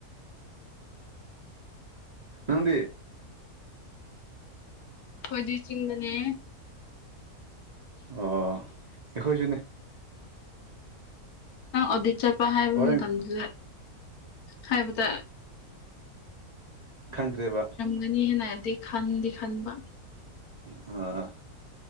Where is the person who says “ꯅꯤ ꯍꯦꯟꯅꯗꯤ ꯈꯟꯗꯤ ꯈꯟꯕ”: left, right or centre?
Left